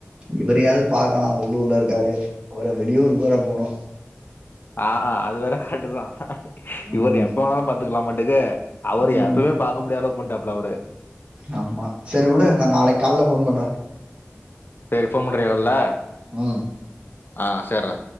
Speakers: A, on the right (about 25°); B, on the left (about 50°).
A: இவரயாது பாக்கலா உள்ளூர்ல இருக்காரு அவர வெளியூருக்கு வேற போனு
B: ஆ அ அது வேற கரெக்ட்டுதா
A: ம்
B: இவர எப்ப வேணாலு பாத்துக்கலாமாட்டுக்கு அவரு
A: ம்
B: எப்பமே பாக்க முடியாத அளவுக் பண்ட்டாப்ல அவரு
A: ஆமா செரி உடு நா நாளைக் கால்ல ஃபோன் பண்றே
B: சேரி ஃபோன் பண்றியா கால்ல
A: ம்
B: ஆ சேர்றா